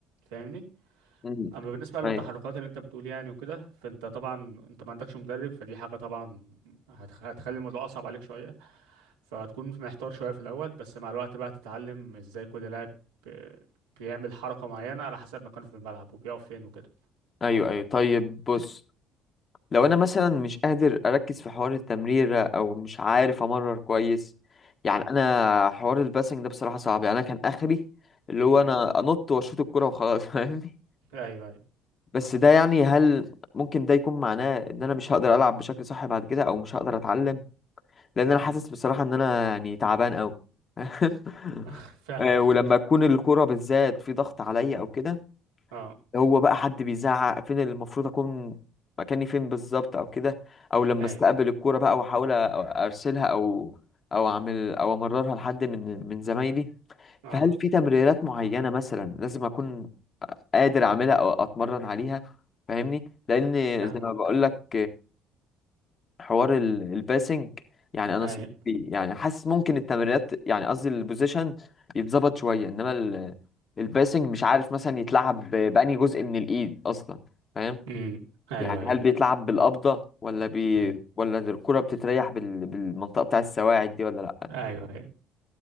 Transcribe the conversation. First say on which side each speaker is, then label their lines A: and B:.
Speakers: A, on the right (about 80°); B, on the left (about 40°).
A: فاهمني
B: مم.
A: اما بالنسبة للتحركات
B: ايوه
A: اللي انت بتقول يعني وكده فانت طبعا انت ما عندكش مدرب فدي حاجة طبعا هتخ- هتخلي الموضوع اصعب عليك شوية فهتكون محتار شوية في الأول بس مع الوقت بقى تتعلم ازاي كل لاعب آه، بيعمل حركة معينة على حسب مكانه في الملعب وبيقف فين وكده
B: ايوه ايوه طيب بص لو انا مثلا مش قادر اركز في حوار التمريرة او مش عارف امرر كويس يعني
A: امم
B: انا حوار الباسنج ده بصراحة صعب يعني انا كان اخري اللي هو
A: امم
B: انا انط واشوط الكرة وخلاص <laughs> فاهمني
A: ايوه ايوه
B: بس ده يعني هل ممكن ده يكون معناه ان انا مش هقدر العب بشكل صح بعد كده او مش هقدر اتعلم لان
A: امم
B: انا حاسس بصراحة ان انا يعني تعبان قوي <laughs>
A: <laughs> فاهمك
B: آه، ولما تكون الكرة بالذات في ضغط عليا او كده
A: اه
B: هو بقى حد بيزعق فين اللي المفروض اكون مكاني فين بالظبط او كده او لما
A: اي
B: استقبل الكوره بقى واحاول أ- ارسلها او او اعمل او امررها لحد من من زمايلي
A: اه
B: فهل في تمريرات معينه مثلا لازم اكون قادر اعملها او اتمرن عليها فاهمني لان
A: فاهمك
B: زي ما بقول لك حوار ال- الباسنج يعني انا
A: اي
B: صراحة بي- يعني حاسس ممكن التمريرات يعني قصدي البوزيشن يتظبط شويه انما ال- الباسنج مش عارف مثلا يتلعب ب- بأنهي جزء من الايد اصلا فاهم
A: امم ايوه
B: يعني
A: ايوه
B: هل بيتلعب بالقبضه ولا بي
A: امم
B: ولا الكره بتتريح بال... بالمنطقه بتاع السواعد دي ولا لا
A: ايوه ايوه